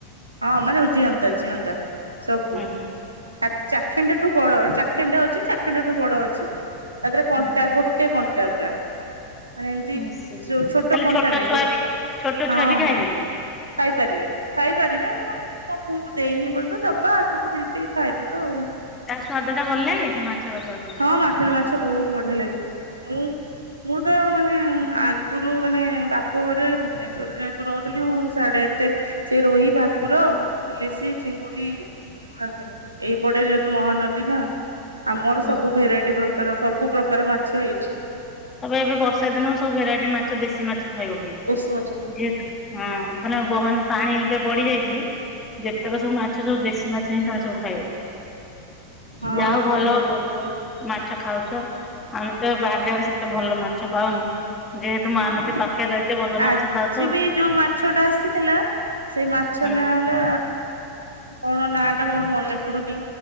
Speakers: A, on the right (about 80°); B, on the left (about 20°).
A: ହଁ ମାନେ ଜିଅନ୍ତା ଜିଅନ୍ତା ସବୁ।
B: ହୁଁ ହୁଁ
A: ହ ଚାଖେଣ୍ଡେ ଠୁ ବଡ ଚାଖେଣ୍ଡେ ଅଛି ଚାଖେଣ୍ଡ ଠୁ ବଡ ଅଛି। ତ ଦିହରେ କଣ୍ଟା
B: ହୁଁ ହୁଁ
A: ଗୋଟେ କଣ୍ଟା ପୁରା। ମାନେ ଏମିତି
B: ନିଶ୍ଚୟ
A: ସେଉ ଛୋଟ
B: ତାହେଲେ
A: କଣ୍ଟା ନାଇ
B: ଛୁଆ
A: ହଁ
B: ବି ଛୋଟ ଛୁଆ ବି ଖାଇପାରିବେ
A: ହଁ। ଖାଇପାରିବେ ଖାଇପାରିବେ ମୋ ପୁଅକୁ ଦେଇନି ଏପନ୍ତ ଦବା ଆଗକୁ ଦି ଟିକି ଖାଇବୁ ତ ଆଉ।
B: ତା ସ୍ଵାଦ ଟା ଭଲ ଲାଗେ ସେ ମାଛର ସ୍ଵାଦ ଟା?
A: ହଁ ମାଟୁଳି ମାଛ ବହୁତ ବଢିଆ ଲାଗେ। ମୁଁ ମୁଁ ତ ମାନେ ଆଗରୁ ମାନେ ବାପ ଘରେ ଭୁବନେଶ୍ଵରରେ ଯେହେତୁ ରହୁଥିଲି ମୁଁ ସାଡେ ଏତେ ସେ ରୋହି ଭାକୁର ଇଲିଶି ଚିଙ୍ଗୁଡି ଖ ପେ ଏଇପଟେ ଯେହେତୁ ମହାନଦୀ ନା ଆମର
B: ଓହୋ
A: ସବୁ ଭେରାଇଟି ପ୍ରକାର ସବୁ ପ୍ରକାର ମାଛ ଏଇଠି
B: ତାପରେ ଏବେ ବର୍ଷା ଦିନ ହ ସବୁ ଭେରାଇଟି ମାଛ ଦେଶୀ ମାଛ ଖାଇବ ଖାଲି
A: ଦେଶୀ ମାଛ
B: ଯେହେତୁ ହଁ ଭଲବହାନ ପାଣି ଏବେ ବଢି ଯାଇଛି ଯେତେକ ସବୁ ମାଛ ସବୁ ଦେଶୀ ମାଛ ହିଁ ତମେ ସବୁ ଖାଇବ
A: ହଁ
B: ଯାହା ହଉ ଭଲ ଭଲ ଭଲ ମାଛ ଖାଉଛ ଆମେ ତ ବାହାରି ଯାରେ ସେତେ ଭଲ ମାଛ ପାଉନୁ ଯେହେତୁ ମହାନଦୀ
A: ଆଉ
B: ପାଖରେ ରହିଛ ଭଲ
A: ଆଜି
B: ମାଛ ଖାଉଛ ଆଉ
A: ବି ଯୋଉ ମାଛ ଟା ଆସିଥିଲା ସେ ମାଛ
B: ହୁଁ
A: ନ ହେଲା କଣ ନା ଟା ମୋର ମନେ ପଡୁନି